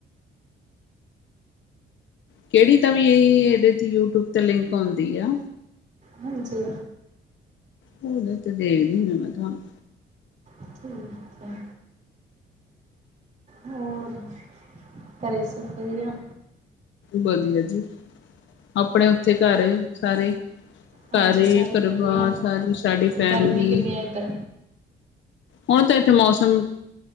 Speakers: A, on the left; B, on the right.
A: ਕਿਹੜੀ ਤਾਂ ਵੀ ਇਹਦੇ ਯੂਟਿਊਬ ਤੇ ਲਿੰਕ ਆਉਂਦੀ ਆ।
B: ਹਾਂਜੀ।
A: ਫੋਨ ਤੇ ਦੇਖ ਰਹੀ ਮੈਂ ਤੁਹਾਨੂੰ।
B: ਠੀਕ ਹੈ। ਹੋਰ ਕਰੇ ਸਬ ਵਧੀਆ?
A: ਬਦਿਆ ਜੀ, ਆਪਣੇ ਉੱਥੇ ਘਰ ਸਾਰੇ
B: ਹਾਂਜੀ
A: ਘਰੇ
B: ਸਾਰੇ
A: ਪਰਿਵਾਰ,
B: ਵਧੀਆ,
A: ਸਾਰੀ ਸਾਡੀ ਫੈਮਲੀ
B: ਗਰਮੀ ਕਿਵੇਂ ਹੈ ਇੱਧਰ?
A: ਹੁਣ ਤਾਂ ਇੱਥੇ ਮੌਸਮ ਅ,